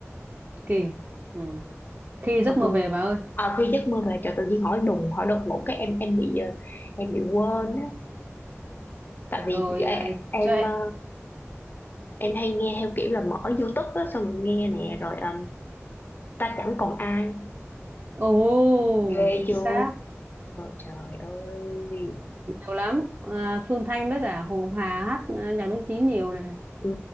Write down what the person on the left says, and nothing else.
ờ
tôi
à, khi giấc mơ về trời tự nhiên hỏi đùng hỏi đột ngột cái em em bị ờ, em bị quên á tại
vì e-
em
ờ, em hay nghe theo kiểu là mở YouTube á xong rồi nghe nè rồi ờ, ta chẳng còn ai
ghê
chưa
trời ơi
ừ,